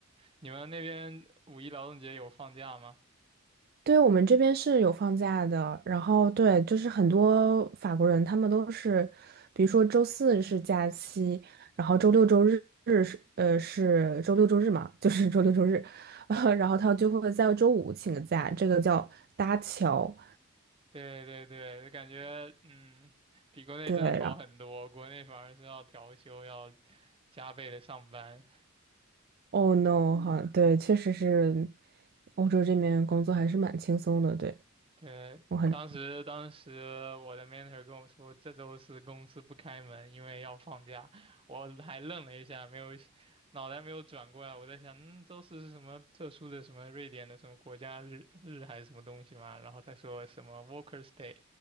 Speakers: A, on the right; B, on the right.
A: 你们那边五一劳动节有放假吗？
B: 对，我们这边是有放假的，然后对，就是很多法国人他们都是，比如说周四是假期，然后周六周日是呃是周六周日嘛，<laughs> 就是周六周日，<laughs> 呃，然后他就会在周五请个假，这个叫搭桥。
A: 对对对，就感觉嗯，比国内真的好很多，
B: 对，然后
A: 国内反而是要调休，要加倍的上班。
B: oh no 哈，对，确实是欧洲这边工作还是蛮轻松的，对，
A: 对，
B: 我很。
A: 当时当时我的 mentor 跟我说，这周四公司不开门，因为要放假。我还愣了一下，没有脑袋没有转过来，我在想，嗯，周四是什么特殊的什么瑞典的什么国家日日还是什么东西嘛？然后他说什么 Workers' Day